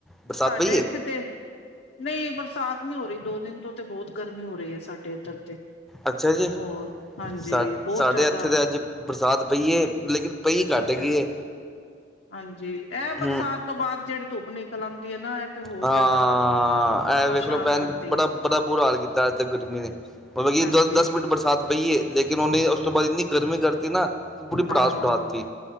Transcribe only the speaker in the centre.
ਬਰਸਾਤ
ਪਈ
ਹੈ
ਅੱਛਾ ਜੀ
ਸਾ
ਸਾਡੇ
ਇੱਥੇ ਤਾਂ ਅੱਜ ਬਰਸਾਤ ਪਈ ਏ। ਲੇਕਿਨ ਪਈ ਘੱਟ
ਹੈਗੀ ਏ।
ਹੂੰ
ਹਾਂ
ਐ
ਵੇਖ ਲੋ ਭੈਣ
ਬੜਾ ਬੜਾ ਬੁਰਾ ਹਾਲ ਕੀਤਾ ਏ <unintelligible> ਗਰਮੀ ਨੇ। <unintelligible> ਪਈ
ਦਸ-ਦਸ ਮਿੰਟ ਬਰਸਾਤ ਪਈ ਏ ਲੇਕਿਨ ਉਹਨੇ ਉਸ ਤੋਂ ਬਾਅਦ ਇੰਨੀ ਗਰਮੀ ਕਰਤੀ ਨਾ ਕਿ ਪੂਰੀ
ਪੜਾਸ ਉਠਾ ਤੀ